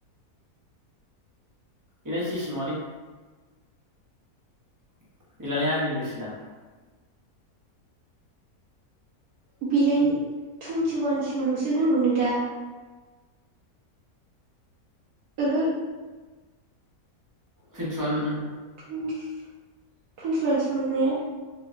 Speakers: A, on the right; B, on the right.
A: बेना सिसि नङालै। <unintelligible>
B: बिलाइन टुवन्टि अवानसिमल'सो होनो मोनो दा। ओहो।
A: फिन्सन उम।
B: टुइन्टि अवानसो मोनो ने?